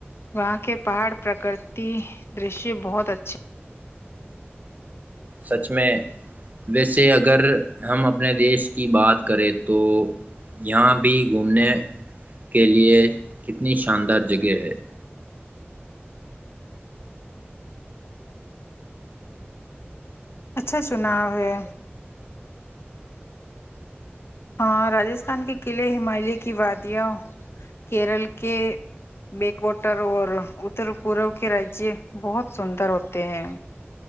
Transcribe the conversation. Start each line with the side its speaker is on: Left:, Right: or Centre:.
Left: وہاں کے پہاڑ پرکرتی درشیہ بہت اچھے
Right: سچ میں ویسے اگر اگر ہم اپنے دیش کی بات کریں تو یہاں بھی گھومنے کے لیے کتنی شاندار جگہ ہے
Left: اچھا چناؤ ہے ہاں راستھان کے قلعے ہمالیہ کی وادیاں کیرل کے بیکوٹر اور اتر پورو کے راجیہ بہت سندر ہوتے ہیں